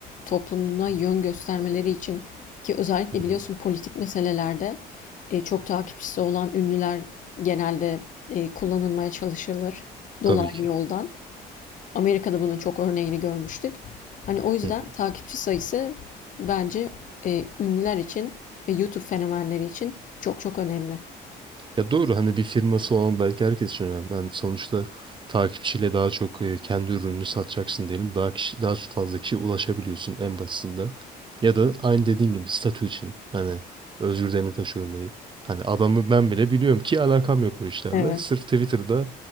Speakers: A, on the left; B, on the right.
A: toplumuna yön göstermeleri için ki özellikle
B: Hı
A: biliyorsun
B: hı.
A: politik meselelerde e, çok takipçisi olan ünlüler genelde e, kullanılmaya çalışılır dolaylı
B: Tabii ki.
A: yoldan. Amerika'da bunun çok örneğini görmüştük. Hani o yüzden
B: Hı.
A: takipçi sayısı bence e, ünlüler için ve YouTube fenomenleri için çok çok önemli.
B: Ya doğru hani bir firması olan belki herkes için önemli. Hani sonuçta takipçiyle daha çok e, kendi ürününü satacaksın diyelim. Daha kişi, daha fazla kişiye ulaşabiliyorsun en basitinden. Ya da aynı dediğin gibi statü için. Hani Özgür Demirtaş örneği. Hani adamı ben bile biliyorum ki alakam yok o işlerle.
A: Evet.
B: Sırf Twitter'da